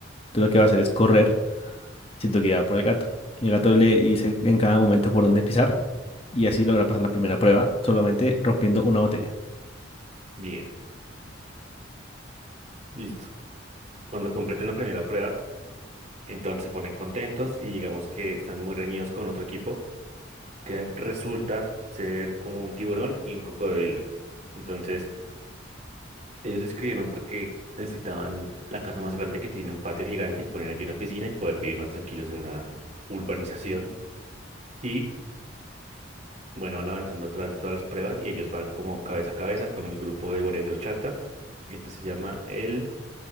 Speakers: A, on the left; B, on the right.
A: lo que va a hacer es correr siendo guiado por el gato. Y El gato le dice en cada momento por dónde pisar y así logra pasar la primera prueba solamente rompiendo una botella.
B: Bien. Listo. Cuando completen la primera prueba, entonces se ponen contentos y digamos que están muy reñidos con otro equipo que resulta ser como un tiburón y un cocodrilo. Entonces, ellos se inscribieron porque necesitaban la casa más grande que tiene un patio gigante y poner allí una piscina y poder vivir más tranquilos en la urbanización. Y Bueno, van avanzando atrás de todas las pruebas y ellos van como cabeza a cabeza con el grupo de Bones de Ochata. Y este se llama el